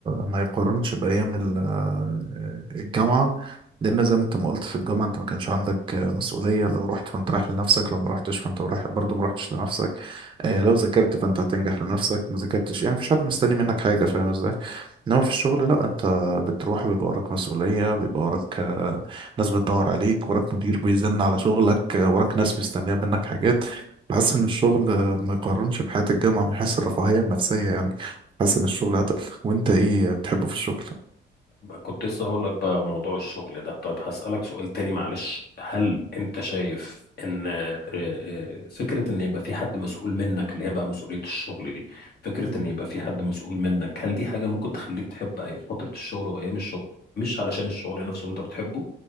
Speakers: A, on the right (about 25°); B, on the left (about 50°).
A: ما يقارنش بأيام ال- آه، الجامعة لأن زي ما أنت ما قلت في الجامعة أنت ما كانش عندك مسؤولية لو رحت فأنت رايح لنفسك لو ما رحتش فأنت رايح برضه ما رحتش لنفسك آه، لو ذاكرت فأنت هتنجح لنفسك ما ذاكرتش يعني مفيش حد مستني منك حاجة فاهم إزاي إنما في الشغل لا أنت بتروح بيبقى وراك مسؤولية بيبقى وراك آه، ناس بتدور عليك وراك مدير بيزن على شغلك آه، وراك ناس مستنية منك حاجات بحس إن الشغل آه، ما يقارنش بحياة الجامعة من حيث الرفاهية النفسية يعني بحس إن الشغل أتقل وأنت إيه بتحبه في الشغل؟
B: كنت لسه هقول لك بقى موضوع الشغل ده طيب هسألك سؤال تاني معلش هل انت شايف ان آه، آه، فكرة ان يبقى في حد مسؤول منك اللي هي بقى مسؤولية الشغل دي فكرة
A: مم.
B: ان يبقى في حد مسؤول منك هل دي حاجة ممكن تخليك تحب أي فترة الشغل وايام الشغل مش علشان الشغل نفسه انت بتحبه